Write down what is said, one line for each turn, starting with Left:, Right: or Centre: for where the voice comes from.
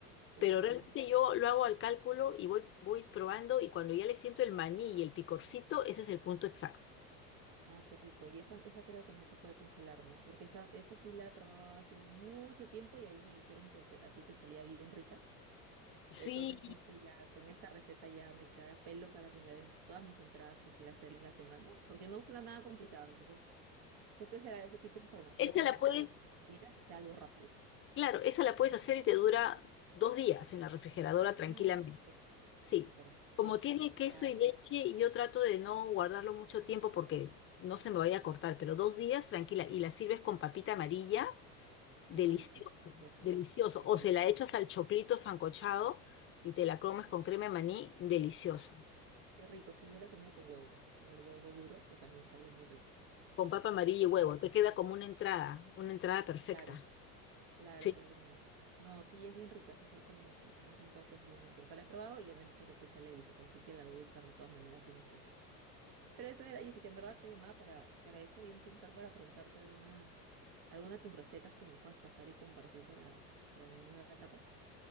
Right: Sí,
Left: Pero
Right: puede ser.
Left: realmente yo lo hago al cálculo y voy, voy probando y cuando ya le siento el maní y el picorcito, ese es el punto exacto.
Right: Ay, qué rico. Y esa, esa creo que no se puede congelar, ¿no? Porque esa, esa sí la he probado hace mucho tiempo y ahí me dijeron que te- a ti te salía bien rica.
Left: Sí,
Right: Entonces, justo ya con esta receta ya me cae a pelo para tener en todas mis entradas que quiera hacer en la semana, porque no suena nada complicado. Entonces, justo será ese tipo de información
Left: esa
Right: que necesitabas
Left: la puedes
Right: sobre comida, que sea algo rápido.
Left: Claro, esa la puedes hacer y te dura dos días en la refrigeradora tranquilamente.
Right: Ah, perfecto.
Left: Sí.
Right: Perfecto.
Left: Como tiene queso
Right: Ay,
Left: y leche, yo trato de no guardarlo mucho tiempo porque no se me vaya a cortar, pero dos días tranquila y la sirves con papita amarilla, delicioso,
Right: y huevito, ¿no es cierto?
Left: delicioso. O
Right: Sí.
Left: se la echas al choclito sancochado y te la comes con crema de maní, delicioso.
Right: Qué rico, sí, yo la he comido con huevo, con el huevo duro, que también sale muy rico.
Left: Con papa amarilla
Right: Pero
Left: y huevo,
Right: sí.
Left: te queda como una entrada, una entrada perfecta.
Right: Claro, claro,
Left: Sí,
Right: queda como entrada. No, sí, es bien rica, esa salsa me han, me han contado que es bien, bien rica. O sea, la he probado y ya me han dicho que te sale deliciosa, así que la voy a usar de todas maneras en mis recetas. Pero eso era, Jessica, en verdad te llamaba para, para eso, bien puntual, para preguntarte alguna, alguna de tus recetas que me puedas pasar y compartir para, para mi nueva etapa.